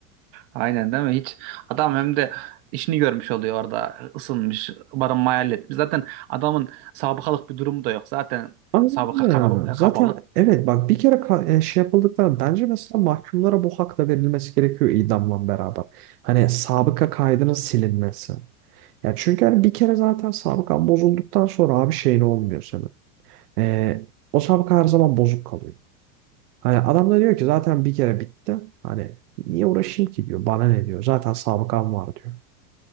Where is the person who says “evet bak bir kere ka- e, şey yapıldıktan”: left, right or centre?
Right